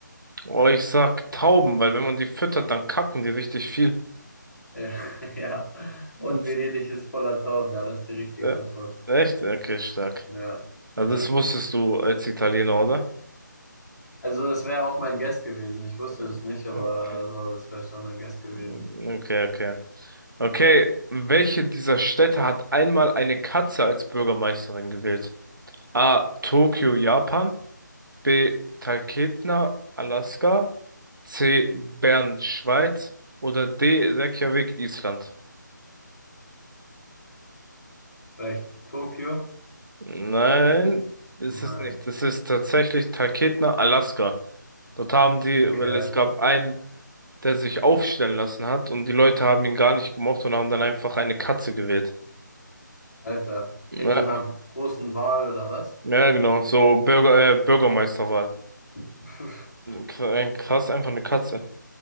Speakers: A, on the right; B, on the left.
A: Oh, ich sag Tauben, weil wenn man die füttert, dann kacken die richtig viel.
B: Ja, <laughs> ja. Und
A: Jetzt,
B: Venedig ist voller Tauben. Ja, das ist die richtige
A: äh,
B: Antwort.
A: echt? Okay, stark.
B: Ja,
A: Also
B: ja.
A: das wusstest du als Italiener, oder?
B: Also es wäre auch mein Guess gewesen. Ich wusste
A: Äh,
B: es nicht, aber
A: Okay.
B: so, es wäre schon mein Guess gewesen.
A: Okay, okay. Okay, welche dieser Städte hat einmal eine Katze als Bürgermeisterin gewählt? A. Tokio, Japan. B. Talkeetna, Alaska. C. Bern, Schweiz. Oder D. Reykjavik, Island.
B: Vielleicht Tokio?
A: Nein, ist
B: Nein.
A: es nicht. Es ist tatsächlich Talkeetna, Alaska. Dort haben die,
B: Okay.
A: weil es gab einen, der sich aufstellen lassen hat und die Leute haben ihn gar nicht gemocht und haben dann einfach eine Katze gewählt.
B: Alter.
A: Ja,
B: In so einer großen Wahl oder was?
A: ja genau, so Bürger, äh, Bürgermeisterwahl.
B: <laughs>
A: K- Krass, einfach eine Katze.